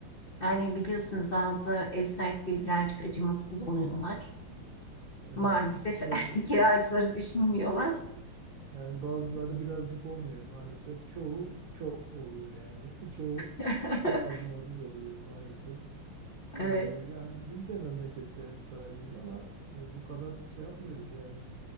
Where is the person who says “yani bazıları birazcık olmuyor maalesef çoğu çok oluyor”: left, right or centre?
Right